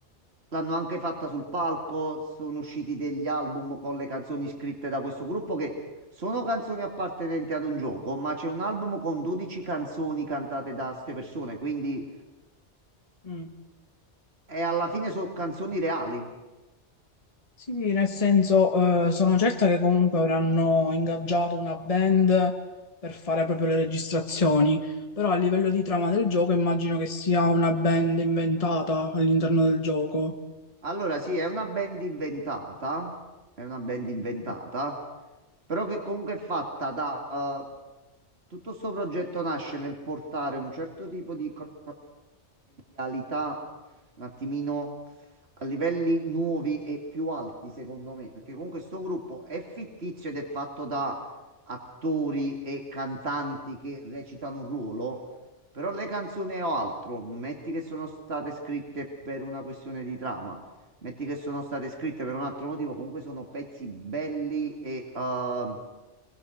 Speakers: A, on the right (about 60°); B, on the left (about 30°).
A: l'hanno anche fatta sul palco, sono usciti degli album con le canzoni scritte da questo gruppo che sono canzoni appartenenti ad un gioco, ma c'è un album con 12 canzoni cantate da ste persone, quindi
B: mm.
A: è alla fine sono canzoni reali.
B: Sì, nel senso eh, sono certa che comunque avranno ingaggiato una band per fare proprio le registrazioni, però a livello di trama del gioco immagino che sia una band inventata all'interno del gioco.
A: Allora, sì, è una band inventata, è una band inventata,
B: Mhm.
A: però che comunque è fatta da... eh, tutto sto progetto nasce nel portare un certo tipo di cronometria realità un attimino a livelli nuovi e più alti, secondo me, perché comunque questo gruppo è fittizio ed è fatto da attori e cantanti che recitano un ruolo, però le canzoni o altro, metti che sono state scritte per una questione di trama. Metti che sono state scritte per un altro motivo, comunque sono pezzi belli e eh,